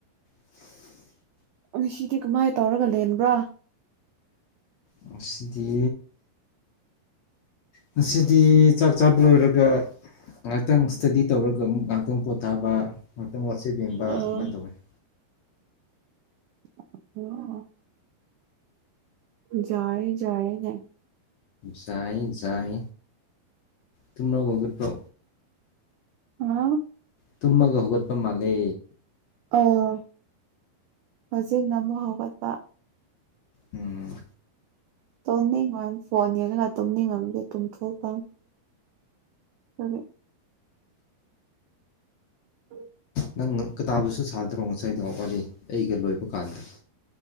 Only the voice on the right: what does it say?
ꯉꯁꯤꯗꯤ ꯀꯃꯥꯏ ꯇꯧꯔꯒꯥ ꯂꯦꯟꯕ꯭ꯔꯥ
ꯑꯣ
<unintelligible> ꯖꯥꯔꯦ ꯖꯥꯔꯦꯅꯦ
ꯑꯥ
ꯑꯥꯎ ꯍꯧꯖꯤꯛꯅ ꯑꯃꯨꯛ ꯍꯧꯒꯠꯄ
ꯇꯣꯅꯤꯡꯉꯣꯏ ꯐꯣꯟ ꯌꯦꯡꯂꯒꯥ ꯇꯨꯝꯅꯤꯡꯉꯝꯒꯤ ꯇꯨꯝꯊꯣꯛ <unintelligible> ꯎꯝ <unintelligible>